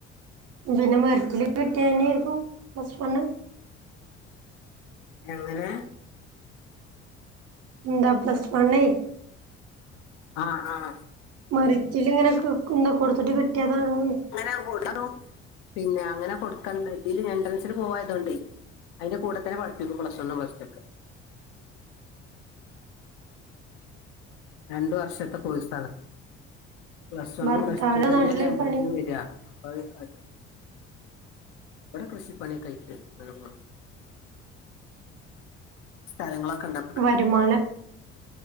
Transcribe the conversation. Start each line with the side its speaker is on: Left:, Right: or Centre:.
Right: പിന്നെ മെറിറ്റില് കെട്ടിയന്നെരുന്നു പ്ലസ് വണ്‌-
Left: എങ്ങനെ?
Right: ന്താ പ്ലസ് വണ്ണേ
Left: ആഹ് ആഹ്
Right: മരക്കില ഇങ്ങനെ <unintelligible> കൊടുത്തിട്ട് കിട്ടിയതാണോന്ന്
Left: അങ്ങനെ കൊടുക്കും പിന്നെ അങ്ങനെ കൊടുക്കണ്ട ഇതില് എൻണ്ട്രൻസിൽ പോവായതോണ്ടെ അതിന്റെ കൂടെ തന്ന പഠിപ്പിക്കും പ്ലസ് വണ്ണും പ്ലസ് ടുവൊക്കെ രണ്ട് വർഷത്തെ കോഴ്സാണ്. പ്ലസ് വണ്ണും
Right: ഭർത്താവിന്റെ
Left: പ്ലസ് ടു തന്നെയല്ലെ
Right: നാട്ടില്
Left: എൻട്രൻസിനും
Right: പണി
Left: വരുക അപ്പൊ അത് ഇവിടെ കൃഷി പണി ഒക്കെ ആയിട്ട് അങ്ങനെ പോണ് സ്ഥലങ്ങളൊക്കെ ഉണ്ടോ
Right: വരുമാനവൊക്കെ